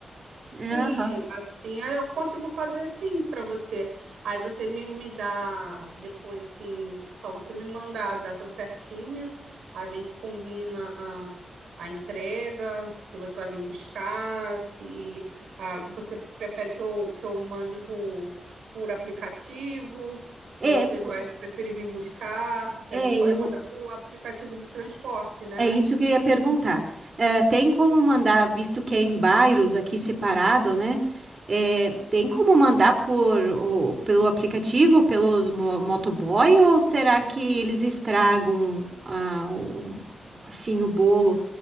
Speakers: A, on the right; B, on the right.
A: Sim,
B: É, aham.
A: assim aí eu consigo fazer assim para você. Aí você me, me dá depois, assim, só você me mandar a data certinha, a gente combina a a entrega, se você vai vir buscar, se ah, você prefere que eu, que eu mande por, por aplicativo, se
B: É,
A: você
B: po-
A: vai preferir vir buscar, que
B: é,
A: a gente pode
B: eu
A: mandar por aplicativo de transporte, né?
B: é isso que eu ia perguntar. É, tem como mandar, visto que é em bairros aqui separado, né? É, tem como mandar por o- pelo aplicativo, pelo mo- motoboy, ou será que eles estragam ah, o- assim o bolo?